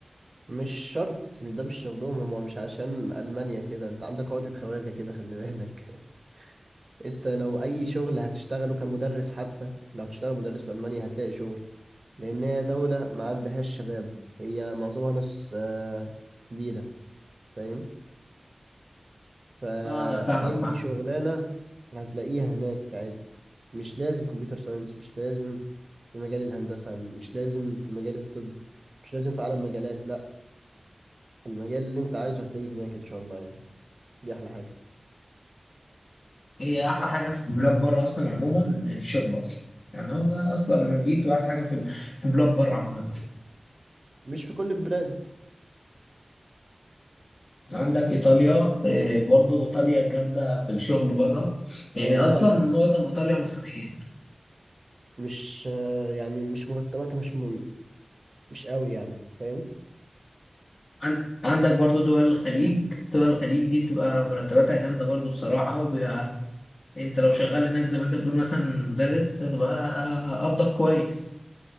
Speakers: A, on the right; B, on the left.
A: مش شرط مش ده مش شغلهم هم مش عشان ألمانيا كده أنت عندك عقدة خواجة كده خلي بالك <laughs> أنت لو أي شغل هتشتغله كمدرس حتى لو هتشتغل مدرس في ألمانيا هتلاقي شغل لأن هي دولة ما عندهاش شباب هي معظمها ناس آه، كبيرة فاهم فأي
B: اه انا فاهمك فاهم
A: شغلانة هتلاقيها هناك عادي مش لازم كمبيوتر ساينس مش لازم في مجال الهندسة مش لازم في مجال الطب مش لازم في أعلى مجالات لأ المجال اللي أنت عايزه هتلاقيه هناك إن شاء الله يعني دي أحلى حاجة
B: هي احلى حاجه في بلاد بره اصلا عموما الشغل اصلا يعني هو ده اصلا دي بتبقى احلى حاجه في ال- في بلاد بره عموما
A: مش في كل البلاد
B: عندك ايطاليا آه، برضو ايطاليا جامده في الشغل بره يعني
A: آه
B: اصلا
A: لا لا
B: معظم
A: لا
B: ايطاليا مصريين
A: مش آه يعني مش مرتباتها مش م... مش قوي يعني فاهم
B: عن- عندك برضو دول الخليج دول الخليج دي بتبقى مرتباتها جامده برضو بصراحه وبيبقى انت لو شغال هناك زي ما انت بتقول مثلا مدرس هتبقى قبضك كويس